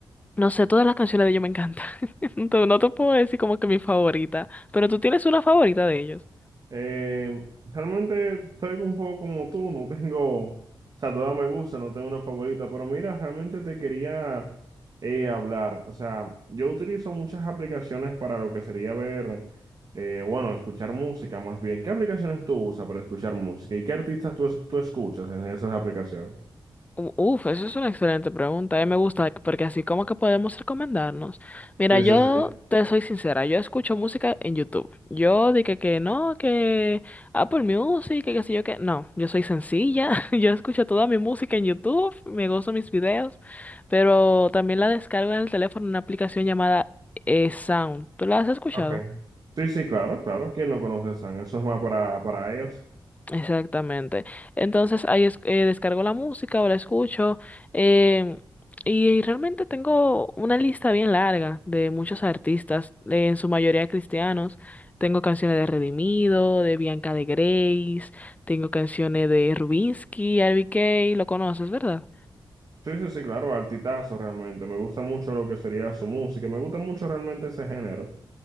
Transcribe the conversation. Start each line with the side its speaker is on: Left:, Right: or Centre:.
Left: No sé, todas las canciones de ellos me encantan. <laughs> No te no te puedo decir como que mi favorita, pero tú tienes una favorita de ellos.
Right: Eh, realmente estoy un poco como tú, no tengo, o sea, todas me gustan, no tengo una favorita, pero mira, realmente te quería eh, hablar, o sea, yo utilizo muchas aplicaciones para lo que sería ver, eh, bueno, escuchar música más bien. ¿Qué aplicaciones tú usas para escuchar música y qué artistas tú, es- tú escuchas en esas aplicaciones?
Left: U- Uf, eso es una excelente pregunta. A mí me gusta porque así como que podemos recomendarnos. Mira,
Right: Sí,
Left: yo
Right: sí, sí.
Left: te soy sincera, yo escucho música en YouTube. Yo dije que no, que Apple Music, que qué sé yo que No, yo soy sencilla. <laughs> Yo escucho toda mi música en YouTube, me gozo mis videos, pero también la descargo en el teléfono en una aplicación llamada eh, Sound. ¿Tú la has escuchado?
Right: Okay. Sí, sí, claro, claro. ¿Quién no conoce a San? Eso es más para, para ellos.
Left: Exactamente. Entonces ahí es- eh, descargo la música o la escucho em, y realmente tengo una lista bien larga de muchos artistas, eh, en su mayoría cristianos. Tengo canciones de Redimido, de Bianca de Grace, tengo canciones de Rubinsky, RBK, lo conoces, ¿verdad?
Right: Sí, sí, sí, claro, altitazo realmente. Me gusta mucho lo que sería su música. Me gusta mucho realmente ese género.